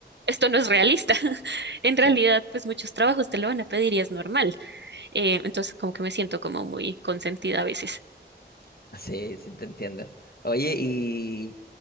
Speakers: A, on the right; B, on the left.
A: esto no es realista. <laughs> En realidad,
B: sí,
A: pues muchos trabajos te lo van a pedir y es normal. Eh, entonces, como que me siento como muy consentida a veces.
B: <laughs> sí, sí, te entiendo. Oye, ¿y